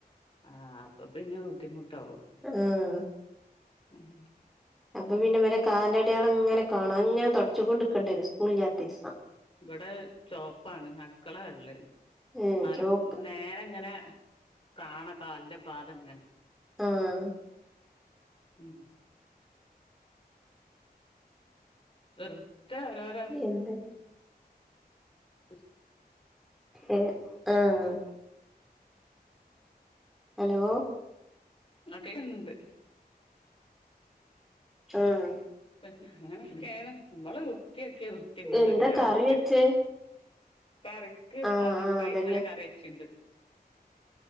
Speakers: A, on the left (about 35°); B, in the centre.
A: ആഹ് അപ്പൊ പിന്നെ ബുദ്ധിമുട്ടാവും
B: ആഹ്
A: ഉം
B: അപ്പൊ പിന്നെ ഇവരെ കാലടയാളങ്ങനെ കാണും അത്ങ്ങനെ തൊട്ച്ച് കൊണ്ടുക്കെണ്ട്യെരും സ്കൂളില്ലാത്തീസം
A: വടെ ചോപ്പാണ് അട്ക്കള വെള്ളേണ്
B: ഏഹ്
A: ന്നാലും
B: ചോപ്പ്
A: നേരെ ഇങ്ങനെ കാണാ കാൽന്റെ പാദംങ്ങൻ
B: ആഹ്
A: ഉം വെർതെ ഓരോരം
B: എന്ത്
A: <inaudible>
B: ഏ ആഹ് അലോ
A: ആക്കെൺണ്ട്
B: ആഹ്
A: പിന്നെ അങ്ങനൊക്കേണ് അമ്മള് വൃത്തിയാക്ക്യാ വൃ <unintelligible>
B: എന്താ കറി വെച്ചേ
A: കറിക്ക്
B: ആഹ്
A: ഓമ്മക്കായ്
B: ആഹ് അതന്നെ
A: ഇന്നലെ കറി വെച്ചിണ്ട്